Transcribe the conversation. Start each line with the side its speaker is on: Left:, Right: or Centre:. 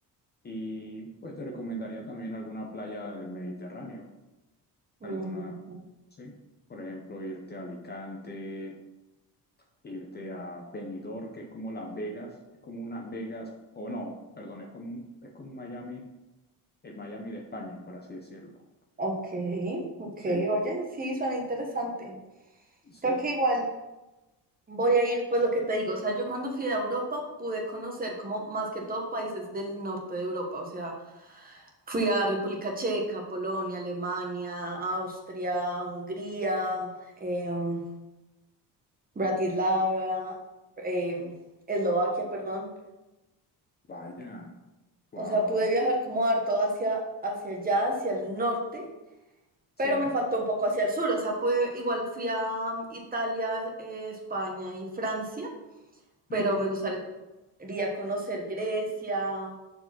Left: Y pues te recomendaría también alguna playa del Mediterráneo,
Right: Mm,
Left: alguna, sí, por ejemplo, irte a Alicante, irte a Benidorm, que es como Las Vegas, es como unas Vegas, o no, perdón, es como, es como Miami, el Miami de España, por así decirlo.
Right: ok, ok,
Left: Sí,
Right: oye, sí, suena interesante.
Left: sí,
Right: Creo que igual voy a ir, pues lo que te digo, o sea, yo cuando fui a Europa pude conocer como más que todo países del norte de Europa, o sea, fui a República Checa, Polonia, Alemania, Austria, Hungría, em, Bratislava, eh, Eslovaquia, perdón.
Left: vaya, wow,
Right: O sea, pude
Left: wow,
Right: viajar como harto hacia, hacia allá, hacia el norte,
Left: sí.
Right: pero me faltó un poco hacia el sur. O sea, pude, igual fui a um, Italia, eh, España y Francia, pero
Left: ujú.
Right: me gustaría conocer Grecia,